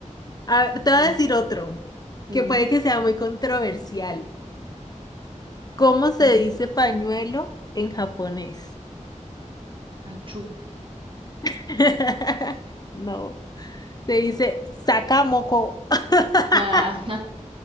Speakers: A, on the left; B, on the right.
A: A ver, te voy
B: Mm,
A: a decir otro,
B: Sí,
A: que puede que sea muy controversial. ¿Cómo se
B: sí.
A: dice pañuelo en japonés?
B: Achú. <laughs>
A: <laughs> No, se dice sakamoko. <laughs>
B: Ah,